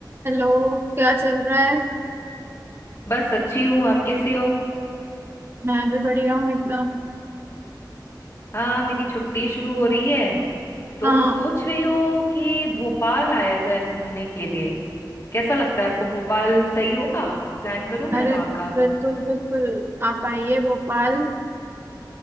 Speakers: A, on the right; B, on the left.
A: Hello क्या चल रहा है
B: बस अच्छी हूँ आप कैसे हो
A: मैं भी बढ़िया हूँ एकदम
B: हाँ मेरी छुट्टी शुरू हो रही है तो
A: हाँ
B: सोच रही हूँ कि भोपाल आया जाए घूमने के लिए कैसा लगता है आपको भोपाल सही होगा प्लान करूँ मैं
A: अरे
B: वहाँ का
A: बिल्कुल बिल्कुल आप आइए भोपाल